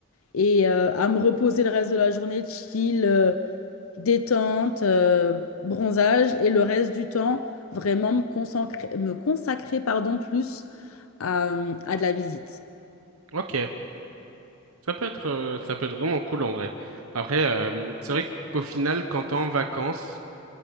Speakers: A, on the left; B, on the right.
A: et euh, à me reposer le reste de la journée, chill, euh, détente, euh, bronzage, et le reste du temps, vraiment me consacrer, me consacrer, pardon, plus à, à de la visite.
B: Ok, ça peut être, euh, ça peut être vraiment cool en vrai. Après, euh, c'est vrai qu'au final, quand t'es en vacances,